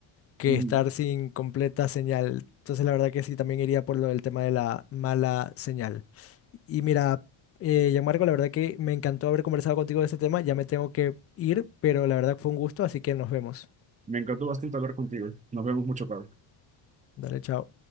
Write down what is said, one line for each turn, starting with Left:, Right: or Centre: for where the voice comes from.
Left: que
Right: Ujú.
Left: estar sin completa señal. Entonces la verdad que sí, también iría por lo del tema de la mala señal. Y mira, eh, Gianmarco, la verdad que me encantó haber conversado contigo de este tema. Ya me tengo que ir, pero la verdad fue un gusto, así que nos vemos.
Right: Me encantó bastante hablar contigo. Nos vemos mucho, tarde.
Left: Dale, chao.